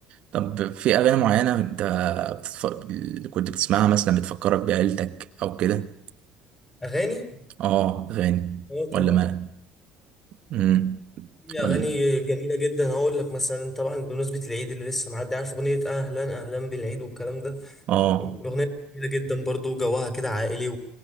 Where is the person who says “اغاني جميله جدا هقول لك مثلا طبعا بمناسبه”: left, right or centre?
Left